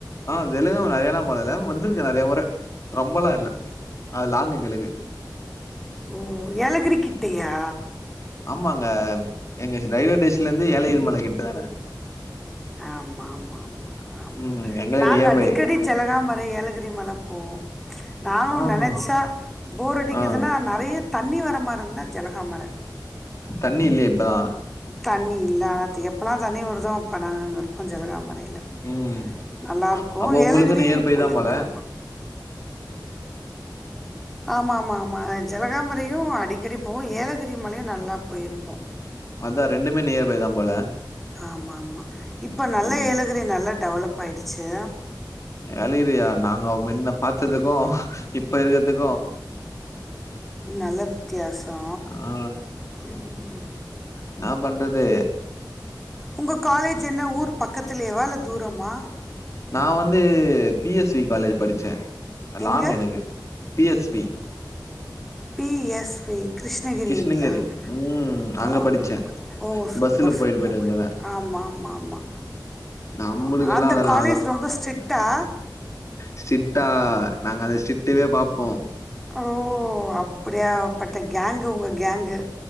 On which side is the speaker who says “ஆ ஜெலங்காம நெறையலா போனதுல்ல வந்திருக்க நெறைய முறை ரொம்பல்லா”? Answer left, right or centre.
Left